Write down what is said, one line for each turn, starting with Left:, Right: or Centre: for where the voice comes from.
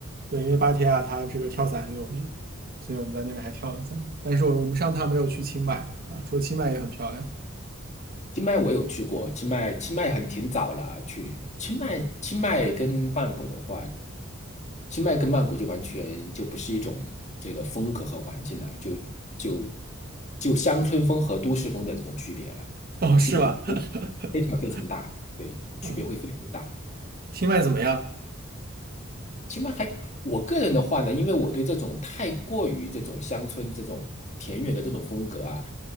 Right: 对，因为芭提雅它这个跳伞很有名，所以我们在那边还跳了伞，但是我我们上趟没有去清迈啊，说清迈也很漂亮，
Left: 清迈我有去过，清迈清迈很挺早了啊，去清迈清迈跟曼谷的话，清迈跟曼谷就完全就不是一种这个风格和环境了，就就就乡村风和都市风的这种区别了，
Right: 哦，
Left: 就区别
Right: 是吗？<laughs>
Left: 非常非常大，对，区别会非常大。
Right: 啊，清迈怎么样？
Left: 啊。起码还我个人的话呢，因为我对这种太过于这种乡村这种田园的这种风格啊，